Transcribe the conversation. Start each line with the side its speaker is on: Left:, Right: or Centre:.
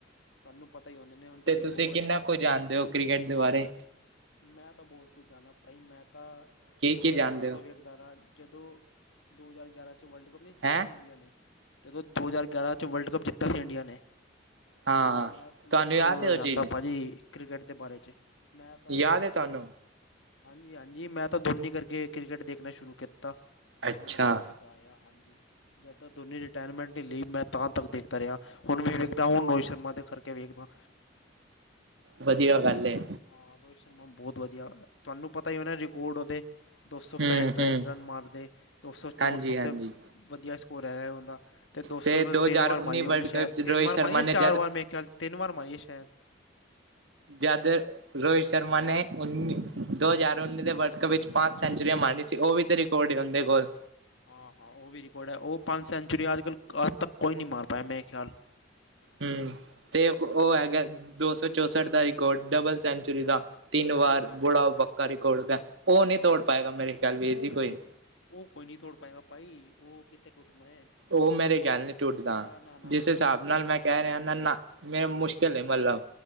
Left: ਤੁਹਾਨੂੰ ਪਤਾ ਉਹਨਾਂ ਨੇ ਉਹਦੇ
Right: ਤੇ
Left: ਰਿਕਾਰਡ
Right: ਤੁਸੀਂ ਕਿੰਨਾ ਕੁ ਜਾਣਦੇ ਹੋ ਕ੍ਰਿਕਟ ਦੇ ਬਾਰੇ
Left: ਮੈਂ ਤਾਂ ਬਹੁਤ ਕੁਝ ਜਾਂਦਾ ਭਾਈ ਮੈਂ ਤਾਂ
Right: ਕੀ
Left: ਦੋ
Right: ਕੀ
Left: ਹਜ਼ਾਰ
Right: ਜਾਣਦੇ
Left: ਗਿਆਰਾਂ ਤੋਂ
Right: ਹੋ
Left: ਵੇਖ ਅਾਰਾ ਜਦੋਂ ਦੋ ਹਜ਼ਾਰ ਗਿਆਰਾਂ 'ਚ ਵਰਲਡ ਕੱਪ ਨਹੀਂ ਜਿੱਤਾ
Right: ਹੈਂ
Left: ਸੀ ਇੰਡੀਆ ਨੇ ਜਦੋਂ ਦੋ ਹਜ਼ਾਰ ਗਿਆਰਾਂ 'ਚ ਵਰਲਡ ਕੱਪ ਜਿੱਤਾ ਸੀ ਇੰਡੀਆ ਨੇ।
Right: ਹਾਂ
Left: ਮੈਂ ਮੈਂ
Right: ਤੁਹਾਨੂੰ
Left: ਤਾਂ
Right: ਯਾਦ
Left: ਉਦੋਂ ਦਾ
Right: ਹੈ
Left: ਜਾਂਦਾ
Right: ਉਹ ਚੀਜ਼
Left: ਭਾਜੀ ਕ੍ਰਿਕਟ ਦੇ ਬਾਰੇ ਚ ਮੈਂ ਤਾਂ
Right: ਯਾਦ ਹੈ ਤੁਹਾਨੂੰ
Left: ਹਾਂਜੀ ਹਾਂਜੀ ਮੈਂ ਤਾਂ ਦੋਨੀ ਕਰਕੇ ਕ੍ਰਿਕਟ ਦੇਖਣਾ ਸ਼ੁਰੂ ਕੀਤਾ ਅਤੇ
Right: ਅੱਛਾ
Left: ਹੁਣ ਤੱਕ ਦੇਖ ਤਾਰਿਆ ਹਾਂਜੀ ਜਦ ਤ ਦੋਨੀ ਰਿਟਾਇਰਮੈਂਟ ਨਹੀਂ ਲਈ ਮੈਂ ਤਾਂ ਤੱਕ ਦੇਖਦਾ ਰਿਹਾ ਹੁਣ ਵੀ ਵੇਖਦਾ ਹੁਣ ਰੋਹਿਤ ਸ਼ਰਮਾ ਦੇ ਕਰਕੇ ਵੇਖਦਾ
Right: ਵਧੀਆ ਗੱਲ ਏ।
Left: ਹਾਂ ਰੋਹਿਤ ਸ਼ਰਮਾ ਬਹੁਤ ਵਧੀਆ ਤੁਹਾਨੂੰ ਪਤਾ ਹੀ ਉਹੇ ਰਿਕਾਰਡ ਉਹਦੇ ਦੋ ਸੌ
Right: ਹੂੰ
Left: ਪੈਂਹਠ ਪੈਂਹਠ
Right: ਹੂੰ
Left: ਰਨ ਮਾਰਦੇ ਦੋ ਸੌ ਚੌਂਹਠ
Right: ਹਾਂਜੀ
Left: ਸਭ
Right: ਹਾਂਜੀ
Left: ਤੋਂ ਵਧੀਆ ਸਕੋਰ ਹੈਗਾ ਉਹਦਾ ਅਤੇ ਦੋ
Right: ਤੇ
Left: ਸੌ ਤੋਂ ਤਿੰਨ
Right: ਹਜ਼ਾਰ
Left: ਵਾਰ
Right: ਉੱਨੀ
Left: ਮਾਰੀ
Right: ਵਰਲਡ
Left: ਉਹਨੇ ਸ਼ਾਇਦ
Right: ਕੱਪ ਚ
Left: ਤਿੰਨ
Right: ਰੋਹਿਤ
Left: ਵਾਰ
Right: ਸ਼ਰਮਾ
Left: ਮਾਰੀਆਂ
Right: ਨੇ
Left: ਚਾਰ
Right: ਜਦ
Left: ਵਾਰ ਮੈਂ ਖਿਆਲ ਤਿੰਨ ਵਾਰ ਮਾਰਿਆ ਸ਼ਾਇਦ
Right: ਜਦ ਰੋਹਿਤ ਸ਼ਰਮਾ ਨੇ ਉੱਨੀ ਦੋ ਹਜ਼ਾਰ ਉੱਨੀ ਦੇ ਵਰਲਡ ਕੱਪ ਵਿੱਚ ਪੰਜ ਸੈਂਚਰੀਆਂ ਮਾਰਨੀ ਸੀ ਉਹ ਵੀ ਤੇਰੀ ਘੋੜੇ ਹਦੇ ਕੋਲ
Left: ਹਾਂ ਹਾਂ, ਉਹ ਵੀ ਰਕਾਰਡ ਆ ਉਹ ਪੰਜ ਸੈਂਚਰੀਆਂ ਅੱਜ ਕੱਲ ਅੱਜ ਤੱਕ ਕੋਈ ਨਹੀਂ ਮਾਰ ਪਾਇਆ ਮੈਂ ਖਿਆਲ
Right: ਹੂੰ, ਤੇ
Left: ਹਮ,
Right: ਉਹ ਹੈਗਾ ਦੋ ਸੌ ਚੌਸਠ ਦਾ ਰਿਕਾਰਡ ਡਬਲ ਸੈਂਚੁਰੀ ਦਾ। ਤਿੰਨ
Left: ਉਹ
Right: ਵਾਰ
Left: ਤਾਂ
Right: <unintelligible> ਪੱਕਾ ਰਿਕਾਰੋਡ ਉਹ ਨਹੀਂ ਤੋੜ
Left: ਉਹ
Right: ਪਾਏਗਾ ਮੇਰੇ
Left: ਉਹ
Right: ਖਿਆਲ ਵੀਰ
Left: ਉਹ
Right: ਜੀ ਕੋਈ।
Left: ਉਹ ਉਹ ਕੋਈ ਨਹੀਂ ਤੋੜ ਪਾਏਗਾ ਭਾਈ ਉਹ ਕਿੱਥੇ ਟੁੱਟਣਾ ਹੈ
Right: ਉਹ ਮੇਰੇ
Left: ਕੋਈ
Right: ਖਿਆਲ ਨ ਟੁੱਟਦਾ
Left: ਨਾ ਨਾ ਨਾ
Right: ਜਿਸ
Left: ਕੋਈ
Right: ਹਿਸਾਬ
Left: ਓਪਨਿੰਗ
Right: ਨਾਲ ਮੈਂ ਕਹਿ ਰਿਹਾ ਨਾ ਨਾ ਮੇਰਾ ਮੁਸ਼ਕਿਲ ਹੈ ਮਤਲਬ